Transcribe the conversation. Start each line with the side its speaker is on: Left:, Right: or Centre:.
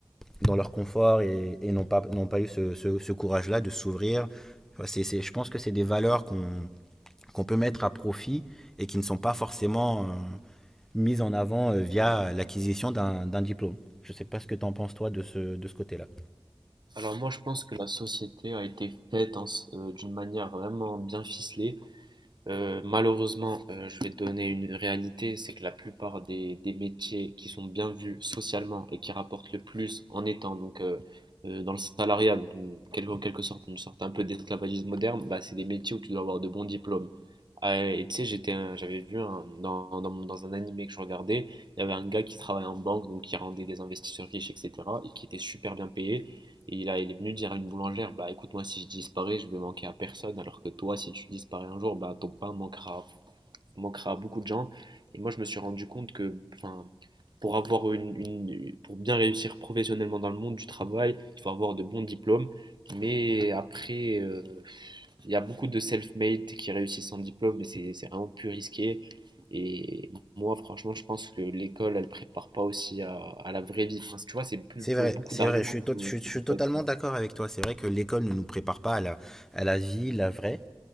Centre: dans leur confort et, et n'ont pas, n'ont pas eu ce, ce, ce courage-là de s'ouvrir. Enfin, C'est, c'est, je pense que c'est des valeurs qu'on, qu'on peut mettre à profit et qui ne sont pas forcément euh, mises en avant euh, via l'acquisition d'un, d'un diplôme. Je ne sais pas ce que tu en penses toi de ce, de ce côté-là.
Right: Alors moi, je pense que la société a été faite hein, s- euh, d'une manière vraiment bien ficelée Euh, malheureusement, euh, je vais te donner une réalité, c'est que la plupart des, des métiers qui sont bien vus socialement et qui rapportent le plus en étant donc euh, euh, dans le salariat, donc une- quel- en quelque sorte une sorte un peu d'esclavagisme moderne, bah, c'est des métiers où tu dois avoir de bons diplômes. Ah, et tu sais, j'étais, un- j'avais vu un- dans, dans, mon- dans un animé que je regardais, il y avait un gars qui travaillait en banque, donc qui rendait des investisseurs riches, etc., et qui était super bien payé. Et là, il est venu dire à une boulangère, bah écoute, moi si je disparais, je vais manquer à personne, alors que toi, si tu disparais un jour, bah ton pain manquera, manquera à beaucoup de gens. Et moi, je me suis rendu compte que, enfin, pour avoir une, une- pour bien réussir professionnellement dans le monde du travail, il faut avoir de bons diplômes. Mais après, euh, il y a beaucoup de self-made qui réussissent sans diplôme, mais c'est c'est vraiment plus risqué. Et moi, franchement, je pense que l'école, elle prépare pas aussi à, à la vraie vie. Enfin, tu vois, c'est plus-
Centre: C'est
Right: beaucoup
Centre: vrai, c'est
Right: d'arguments.
Centre: vrai, je suis, tot-
Right: qu'on-
Centre: je suis- je
Right: qu'on
Centre: suis
Right: peut
Centre: totalement
Right: pas dire.
Centre: d'accord avec toi. C'est vrai que l'école ne nous prépare pas à la, à la vie, la vraie.